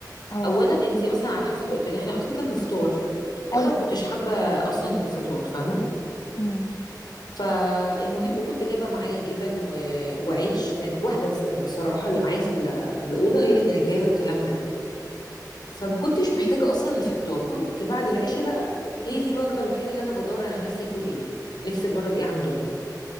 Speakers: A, on the left; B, on the left.
A: اه
B: اولا انت مثلا على حسب الاوتيل احنا الاوتيل كان بفطار
A: ايوه
B: وانا ما كنتش حابه اصلا الفطار فاهمه
A: امم
B: فالمهم كنت جايبه معايا جبن و... وعيش كانت واحده س- بصراحه اللي معايا في ال... في الاوضه هي اللي كانت جايبه الكلام ده فما كنتش محتاجه اصلا الفطار كنت بعد العشاء بقى هي دي الوجبه الوحيده اللي انا بدور انا نفسي اكل ايه نفسي اجرب ايه عندهم